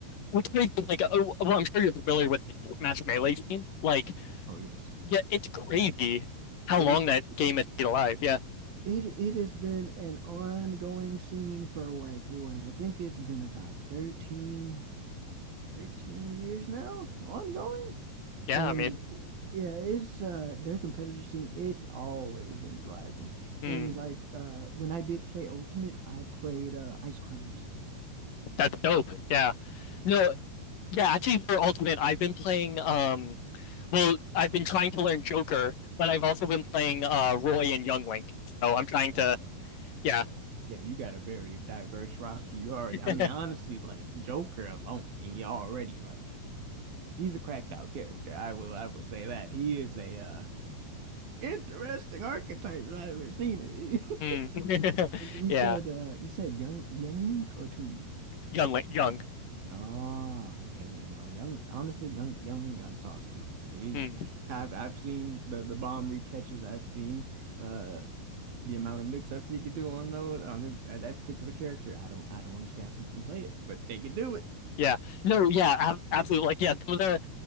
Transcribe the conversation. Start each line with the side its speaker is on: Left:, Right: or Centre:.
Left: Which makes it like oh, well, I'm sure you're familiar with like Smash Melee scene. Like,
Right: <laughs> oh yes,
Left: yeah, it's crazy
Right: absolutely.
Left: how
Right: It
Left: long that
Right: is.
Left: game has been alive. Yeah.
Right: It it has been an ongoing scene for like what? I think it's been about thirteen thirteen years now, ongoing.
Left: Yeah,
Right: And
Left: I mean,
Right: yeah, it's uh their competitive scene, it's always been thriving.
Left: hmm,
Right: And like uh when I did play Ultimate, I played uh Ice Climbers.
Left: that's dope. Yeah.
Right: Yeah.
Left: No, yeah, actually for Ultimate, I've been playing um Well, I've been trying to learn Joker, but I've also been playing uh Roy and Young Link. So I'm trying
Right: Okay.
Left: to, yeah.
Right: Yeah, you got a very diverse roster. You already,
Left: <laughs>
Right: I mean, honestly, like Joker alone, he already like he's a cracked out character. I will, I will say that he is a uh Interesting archetypes. I've ever seen it.
Left: Hmm.
Right: <laughs>
Left: <laughs>
Right: And then you
Left: Yeah.
Right: said uh you said young young Link or Toon Link?
Left: Young Link, Young.
Right: Oh, okay, yeah, no, young honestly, young young Link got sauce too. Like he,
Left: Hmm.
Right: <laughs> I've I've seen the the bomb recatches. I've seen uh the amount of mix-ups he could do on those on the, that particular character. I don't I don't understand how people can play it, but they can do it.
Left: Yeah. No, yeah, ab absolutely. Like, yeah, some of the,